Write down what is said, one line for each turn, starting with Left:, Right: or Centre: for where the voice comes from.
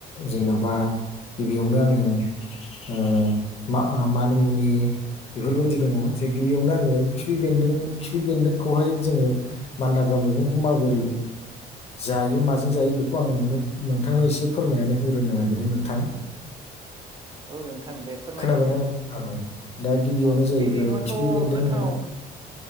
Left: जेन'बा गिबियावनो आङो ओ मा अ मानिमुनि बेफोरबायदि दङ जे गिबियावनो आङो खिफि बेन्दों खिफि बेन्दोंखौहाय जोङो मानलाग्रा मैगंखौ माबोरै जायो माजो। जों जायो बेखौ आं नोंनो नोंथांनो इसे फोरमायनानै होग्रोनो नागिरदों नोंथां।
Right: औ नों थां दे फोरमायनायसाय
Left: खोनाबायना नों- औ दा गिबियावनो
Right: औ
Left: जाहैबाय
Right: बे मेगङथ'
Left: खिफि बेन्दों
Right: गोथाङाव
Left: होननानै